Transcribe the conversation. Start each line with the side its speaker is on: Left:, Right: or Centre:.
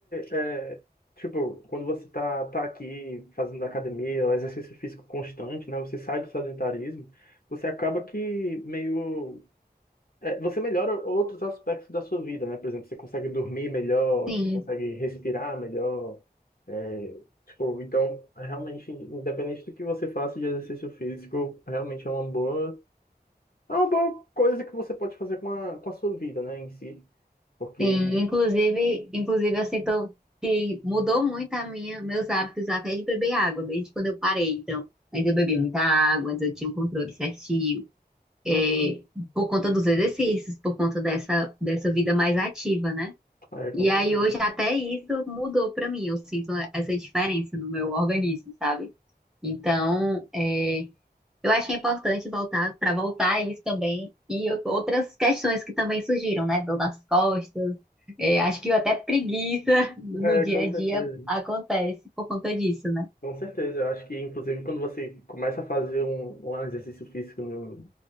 Left: é, tipo, quando você tá, tá aqui fazendo academia, o exercício físico constante, né? Você sai do sedentarismo, você acaba que meio É, você melhora outros aspectos da sua vida, né? Por exemplo, você consegue dormir melhor,
Centre: Sim,
Left: você consegue respirar melhor. é, tipo, então, realmente, independente do que você faça de exercício físico, realmente é uma boa, é uma boa coisa que você pode fazer com a, com a sua vida, né, em si. Porque,
Centre: Sim, inclusive, inclusive eu sinto que mudou muito a minha, meus hábitos até de beber água, desde quando eu parei. Então, antes eu bebia muita água, antes eu tinha um controle certinho,
Left: Uhum.
Centre: é, por conta dos exercícios, por conta dessa, dessa vida mais ativa, né?
Left: é, com
Centre: E aí
Left: certeza.
Centre: hoje até isso mudou pra mim. Eu sinto essa diferença no meu organismo, sabe? Então, é, eu achei importante voltar para voltar a isso também e eu- outras questões que também surgiram, né? Dor nas costas. é, acho que até preguiça <laughs> no
Left: É,
Centre: dia
Left: com
Centre: a
Left: certeza.
Centre: dia acontece por conta disso, né?
Left: Com certeza. Eu acho que, inclusive, quando você começa a fazer um, um exercício físico no-